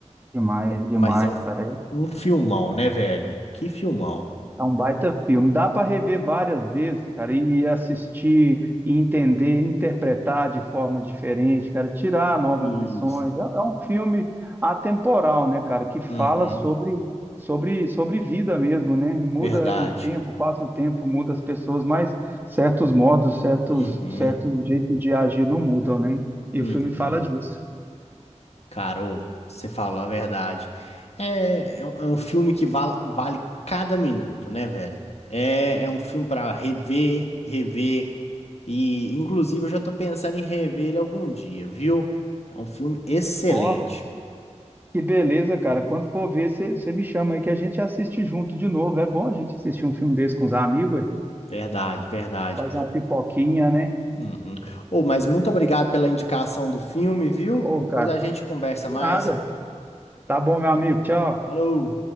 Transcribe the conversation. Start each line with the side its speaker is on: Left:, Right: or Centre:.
Right: Demais, demais,
Left: Mas é um,
Right: cara. É
Left: um filmão, né, velho? Que filmão.
Right: É um baita filme. Dá para rever várias vezes, cara, e assistir, e entender, interpretar de forma diferente, cara, tirar novas
Left: Isso.
Right: lições. É é um filme atemporal, né, cara, que fala
Left: Uhum,
Right: sobre sobre sobre vida mesmo, né? Muda
Left: verdade.
Right: o tempo, passa o tempo, muda as pessoas, mas certos modos, certos
Left: Uhum,
Right: certos jeitos de agir não mudam, né? E
Left: uhum.
Right: o filme fala disso.
Left: Cara, ô, você falou a verdade. É, é um, é um filme que val- vale cada minuto, né, velho? É, é um filme pra rever, rever. E, inclusive, eu já tô pensando em rever ele algum dia, viu? É um filme excelente.
Right: Ó, Que beleza, cara. Quando for ver, você me chama aí que a gente assiste junto de novo. É bom a gente assistir um filme desse com os amigos, ué.
Left: Verdade, verdade.
Right: faz uma pipoquinha, né?
Left: Uhum. Ô, mas muito obrigado pela indicação do filme, viu?
Right: Ô,
Left: Depois
Right: cara,
Left: a gente conversa
Right: de
Left: mais.
Right: nada. Tá bom, meu amigo. Tchau.
Left: Falou!